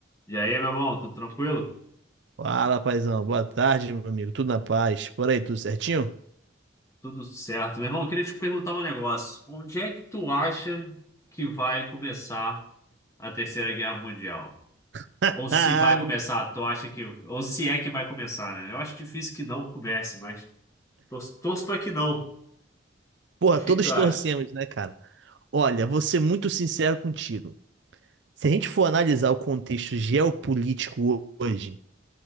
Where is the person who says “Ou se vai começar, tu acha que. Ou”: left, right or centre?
Left